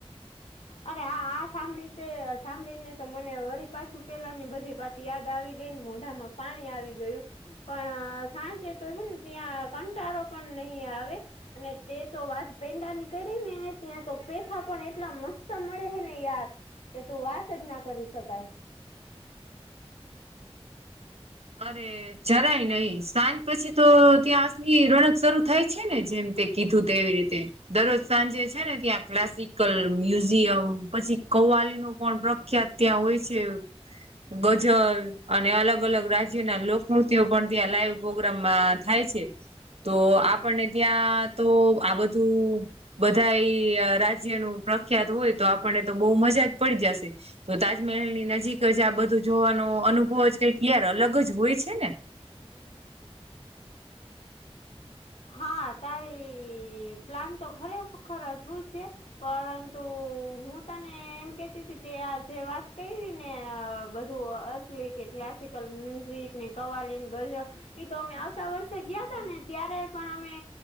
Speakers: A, on the left; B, on the right.
A: અરે આ આ સાંભળી <unintelligible> સાંભળીને તો મને વરી પાછું પેલા ની બધી વાત. <unintelligible> આવી ગઈ ને મોઢામાં પાણી આવી ગયું. પણ સાંજે તો હે ને ત્યાં કંટારો પણ નહી આવે. અને તે તો વાત પેંડાની કરી ને ત્યાં તો પેથા પણ એટલા મસ્ત મળે હે ને યાર કે તું વાત જ ના કરી શકાય.
B: અરે જરાય <unintelligible> સાંજ પછી તો ત્યાં આની રણક <unintelligible> થાય છે, ને જેમ કે. કીધું <unintelligible> દરરોજ સાંજે છે, ને ત્યાં ક્લાસિકલ મ્યુઝિયમ પછી કવાલી <unintelligible> પણ પ્રખ્યાત ત્યાં હોય છે, ગજલ અને અલગ અલગ રાજ્ય રાજ ના લોકમૃત્ય પણ ત્યાં લાઈવ પ્રોગ્રામમાં થાય છે. તો આપણને ત્યાં તો આ બધું. બધા એ રાજ્યનું પ્રખ્યાત હોય તો આપણને તો બહુ મજા જ પડી જશે. તો તાજમહેલની નજીક જ આ બધું જોવાનો અનુભવ જ કઈક તયાર અલગ જ હોય છે, ને.
A: <inaudible> હા તારી પ્લાન તો ખરેખર અજભૂત છે. પરંતુ હું તને એમ કેતી હતી કે આ જે વાત કરી હતી ને. બધું અસલી કે ક્લાસિકલ મ્યુઝિક ને કવાલીન ગજ એ તો અમે આવતા વર્ષે ગયા તા ને ત્યારે પણ અમે